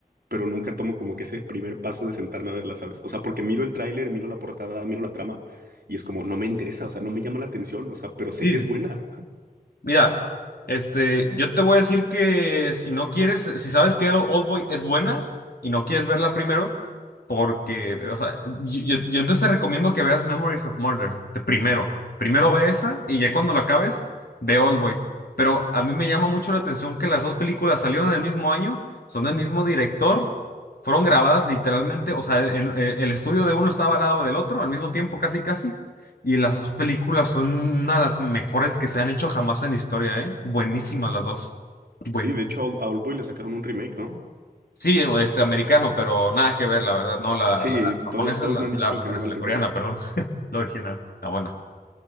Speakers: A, on the right; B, on the left.
A: pero nunca tomo como que ese primer paso de sentarme a verla, ¿sabes? O sea, porque miro el tráiler, miro la portada, miro la trama y es como, no me interesa, o sea, no me llama la atención, o sea, pero sé
B: Sí,
A: que es buena. <laughs>
B: Mira, este, yo te voy a decir que si no quieres, si sabes que Oldboy es buena y no quieres verla primero, porque, o sea, yo, yo- yo entonces te recomiendo que veas Memories of Murder, de primero. Primero ve esa y ya cuando la acabes, ve Oldboy. Pero a mí me llama mucho la atención que las dos películas salieron en el mismo año, son del mismo director, fueron grabadas literalmente, o sea, en- en- el estudio de uno estaba al lado del otro, al mismo tiempo casi casi y las dos películas son una de las mejores que se han hecho jamás en la historia, ¿eh? Buenísimas las dos. Buenísimas.
A: Sí, de hecho, a Old- Boy le sacaron un remake, ¿no?
B: Sí, este americano, pero nada que ver, la verdad, no, la,
A: Sí,
B: la japonesa,
A: todos, todos
B: es la,
A: me han
B: la
A: dicho
B: japonesa,
A: que no vea
B: la
A: el remake.
B: coreana, perdón, <laughs> la original, la buena.